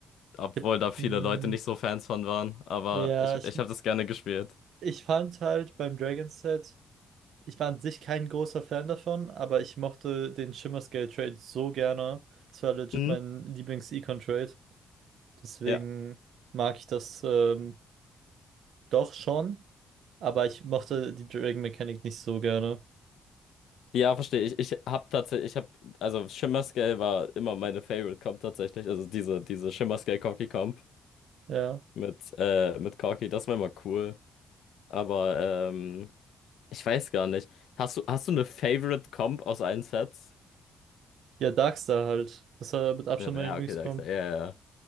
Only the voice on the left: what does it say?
Obwohl
da viele
Leute nicht so Fans von waren. Aber
ich,
ich habe das gerne gespielt.
Mhm.
Ja.
Ja, verstehe. Ich, ich habe tatsächlich, ich habe, also Shimmer Scale war immer meine Favorite Comp tatsächlich. Also diese, diese Shimmer Scale Corki Comp
mit, äh, mit Corki, das war immer cool. Aber ähm, Ich weiß gar nicht. Hast du, hast du eine Favorite Comp aus allen Sets?
Ja,
ja,
okay, da, ja, ja. ja.